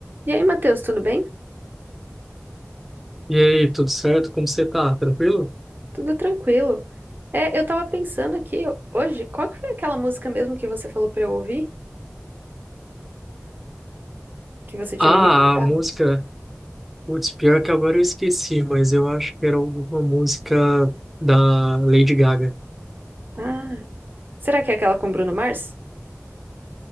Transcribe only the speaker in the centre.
E aí, tudo certo? Como você tá? Tranquilo?
Ah,
a música. Putz, pior que agora eu esqueci, mas eu acho que era alguma música da Lady Gaga.